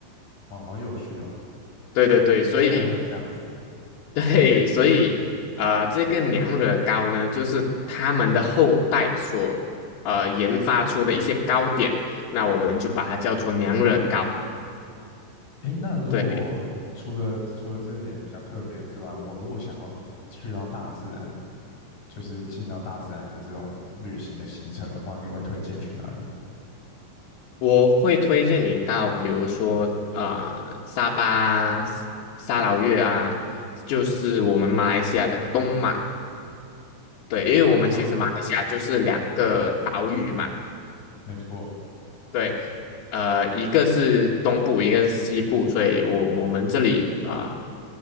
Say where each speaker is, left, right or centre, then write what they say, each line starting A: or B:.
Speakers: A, on the left; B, on the left.
A: 哦，好有趣哦，
B: 对对对，
A: 好有，
B: 所以
A: 原来还有这样子。
B: <laughs> 对，所以呃，这个娘惹糕呢，就是他们的后代所呃研发出的一些糕点，那我们就把它叫做娘惹糕。
A: 诶，那如果除了除了这一点比较特别之外，
B: 对，
A: 我如果想要去到大自然，就是进到大自然的这种旅行的行程的话，你会推荐去哪里？
B: 我会推荐你到，比如说呃沙巴啊沙沙劳越啊，就是我们马来西亚的东马。对，因为我们其实马来西亚就是两个岛屿嘛，
A: 东马，没错，
B: 对，呃，一个是东部，一个是西部，所以我我们这里啊。呃